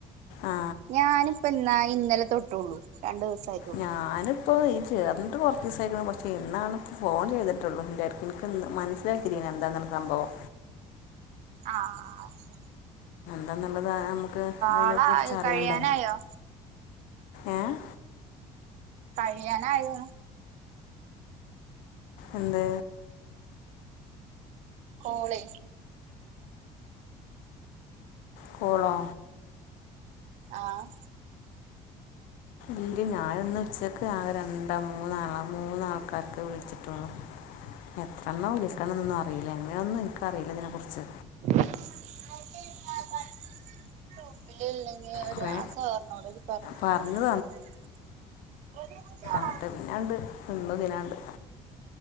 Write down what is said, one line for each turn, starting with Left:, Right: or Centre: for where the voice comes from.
Left: ആ
Right: ഞാനിപ്പോന്നാ ഇന്നലെ തൊട്ടുള്ളൂ രണ്ടു ദിവസായിട്ടുള്ളൂ
Left: ഞാനിപ്പോ ഈ ചേർന്നിട്ട് കൊർച്ചീസായിക്ണ് പക്ഷെ ഇന്നാണ് ഫോൺ ചെയ്തി റ്റുള്ളൂ ന്റെട്ക് ൻക് മനസ്സിലായിട്ടില്ലേഞ് എന്താന്ന്ള്ള സംഭവം
Right: ആഹ് ശെ
Left: ന്തെന്നുള്ളത് ആ മുക്ക് അയിനെക്കുറിച്ച്
Right: ആളായോ
Left: അറിയണ്ടേ
Right: കഴിയാനായോ
Left: ഏഹ്
Right: കഴിയാനായോ
Left: എന്ത്
Right: കോളെ
Left: കോളോ
Right: ആഹ്
Left: ഇല്ല ഞാനിന്ന് ച്ചക് ആ രണ്ടാ മൂന്നാളാ മൂന്നാൾക്കാർക്ക് വിളിച്ചിട്ടുള്ളു
Right: ഉ <unintelligible>
Left: എത്ര എണ്ണം വിളിക്കണം ന്നും അറിയില്ല എങ്ങെനോന്നും എനിക്കറിയില്ല ഇതിനെക്കുറിച്ച്
Right: <unintelligible> <unintelligible>
Left: കുറേ പറഞ്ഞു അൻട്ട് പിന്നാണ്ട് നിന്നതിനാണ്ട്